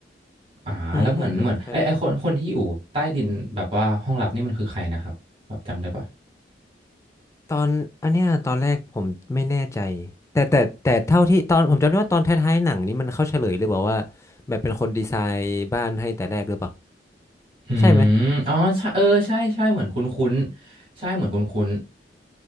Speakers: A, on the right (about 30°); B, on the left (about 15°).
A: อ่าแล้วเหมือนเหมือนไอไอคนคนที่อยู่ใต้ดินแบบว่าห้องลับนี่มันคือใครนะครับแบบจำได้ปะ
B: อืมอืมอืมใช่ใช่ ตอนอันเนี้ยตอนแรกผมไม่แน่ใจแต่แต่แต่เท่าที่ตอนผมจำได้ว่าตอนท้ายๆหนังนี้มันเข้าเฉลยหรือเปลยบอกว่าแบบเป็นคนดีไซน์บ้านให้แต่แรกหรือเปล่า
A: อืมอ๋อใช่เออใช่ใช่เหมือนคุ้นคุ้น
B: ใช่ไหม
A: ใช่เหมือนคุ้นคุ้น